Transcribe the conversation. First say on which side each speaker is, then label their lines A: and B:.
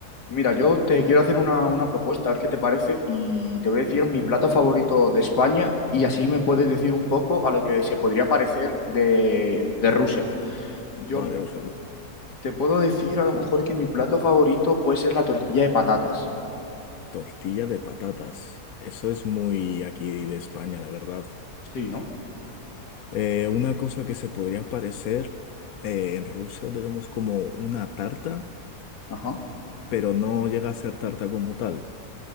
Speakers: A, on the left (about 80°); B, on the left (about 65°).
A: Mira, yo te quiero hacer una, una propuesta, a ver qué te parece, y te voy a decir mi plato favorito de España y así me puedes decir un poco a lo que se podría parecer de, de Rusia. Yo,
B: Vale,
A: mira,
B: perfecto.
A: te puedo decir a lo mejor que mi plato favorito puede ser la tortilla de patatas.
B: Tortilla de patatas. Eso es muy aquí de España, la verdad.
A: Sí, ¿no?
B: Eh, una cosa que se podría parecer, eh, en Rusia tenemos como una tarta,
A: Ajá.
B: pero no llega a ser tarta como tal.